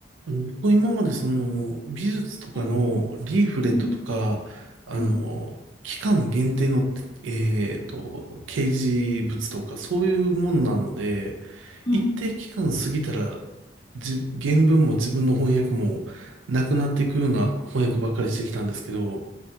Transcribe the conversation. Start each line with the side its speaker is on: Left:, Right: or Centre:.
Right: あの、僕今までその美術とかのリーフレットとか、
Left: はい。うん、
Right: あの、
Left: うん、
Right: 期間限定の、えっと、掲示物とかそういうものなので、
Left: うん。
Right: 一定期間過ぎたら、じ、原文も自分の翻訳もなくなっていくような翻訳ばっかりしてきたんですけど、